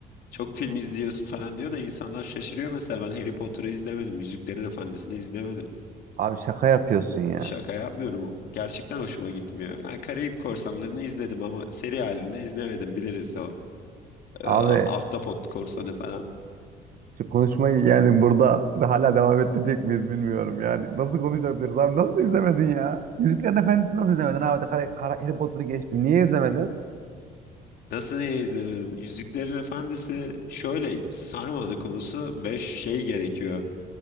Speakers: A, on the left; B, on the right.
A: çok film izliyorsun falan diyor da insanlar şaşırıyor mesela ben Harry Potter'ı izlemedim. Yüzüklerin Efendisi'ni izlemedim.
B: Abi şaka yapıyorsun ya.
A: Şaka yapmıyorum. Gerçekten hoşuma gitmiyor. Yani Karayip Korsanları'nı izledim ama seri halinde izlemedim biliriz o. Ee,
B: Abi
A: Ahtapot Korsanı falan.
B: şu konuşmayı yani burada da hala devam ettirecek miyiz bilmiyorum yani. Nasıl konuşabiliriz abi? Nasıl izlemedin ya? Yüzüklerin Efendisi'ni nasıl izlemedin abi? Harry, Harry Potter'ı geçtim. Niye izlemedin?
A: Nasıl niye izlemedim? Yüzüklerin Efendisi şöyle sarmadı konusu ve şey gerekiyor.